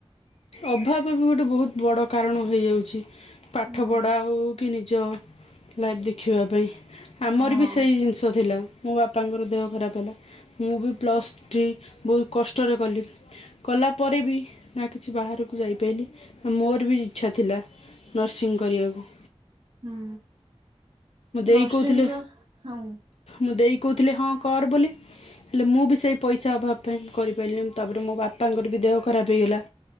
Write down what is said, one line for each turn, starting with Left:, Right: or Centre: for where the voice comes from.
Left: ଅଭାବ ବି ଗୋଟେ ବହୁତ୍ ବଡ କାରଣ ହେଇଯାଉଚି, ପାଠପଢା
Right: ହୁଁ
Left: ହଉ କି ନିଜ ଲାଇଫ ଦେଖିବା ପାଇଁ ଆମର
Right: ହଁ
Left: ବି ସେଇ ଜିନିଷ ଥିଲା ମୁଁ ବାପ୍ ତାଙ୍କର ଦେହ ଖରାପ ହେଲା ମୁଁ ବି ପ୍ଲସ୍ ଥ୍ରୀ ବହୁତ କଷ୍ଟରେ କଲି। କଲା ପରେ ବି ସେ ବାହାରକୁ ଯାଇପାଇଲି, ମୋର ବି ଇଚ୍ଛା ଥିଲା ନର୍ସିଂ କରିଆକୁ।
Right: ହୁଁ
Left: ମୋ ଦେଇ
Right: ନର୍ସିଂ
Left: କହୁଥିଲେ
Right: କ ହଁ
Left: ମୋ ଦେଇ କହୁଥିଲେ ହଁ କର ବୋଲି ହେଲେ ମୁଁ ବି ସେଇ ପଇସା ଅଭାବ ପାଇଁ କରିପାଇଲିନି, ତାପରେ ମୋ ବାପାଙ୍କର ବି ଦେହ ଖରାପ ହେଇଗଲା।